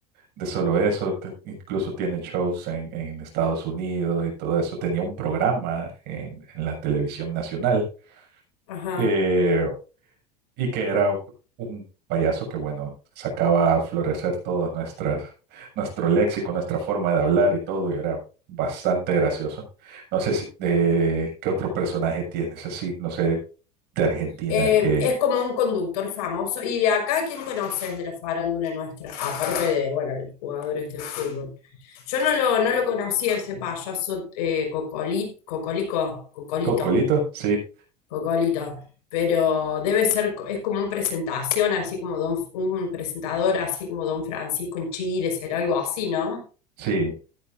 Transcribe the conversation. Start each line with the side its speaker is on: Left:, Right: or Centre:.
Right: de solo eso. Te- incluso tiene shows en, en Estados Unidos y todo eso. Tenía un programa en, en la televisión nacional.
Left: ajá.
Right: Eh, y que era un payaso que, bueno, sacaba a florecer todo nuestras, nuestro léxico, nuestra forma de hablar y todo, y era bastante gracioso. No sé si, eh, qué otro personaje tienes así, no sé, de Argentina
Left: Eh,
Right: que...
Left: es como un conductor famoso. ¿Y de acá quién conoces de la farándula nuestra? Aparte de, bueno, el jugador este de fútbol. Yo no lo, no lo conocía ese payaso eh, Cocoli- Cocolico, Cocolito,
Right: Cocolito, sí,
Left: Cocolito. Pero debe ser, co- es como una presentación, así como don, un presentador, así como Don Francisco en Chile, será algo así, ¿no?
Right: sí.